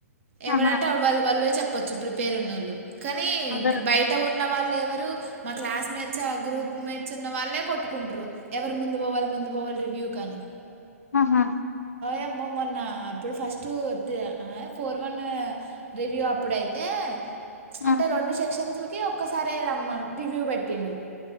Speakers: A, on the right; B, on the left.
A: ఎవరంటే
B: ఆహా
A: వా వాళ్ళు బలువే చెప్ప పచ్చు ప్రిపేర్ ఉన్న వాళ్ళు కానీ
B: అదే
A: బయట ఉన్నాం వాళ్ళు ఎవరు మా క్లాస్ మేట్స్ ఆ గ్రూప్ మేట్స్ ఉన్న వాళ్ళే కొట్టుకుంట్ర ఎవరు ముందు పోవాలి ముందు పోవాలి రివ్యూ కానీ
B: ఆహా
A: ఏ మ మన నాప్పుడు ఫస్ట్ టూ త ఫోర్ వన్ రివ్యూ అప్పుడైతే
B: ఆహా
A: అంటే రెండు సెక్షన్స్ ఒక్కసారిే రమ్మాల దివ్యూ పెట్టిండు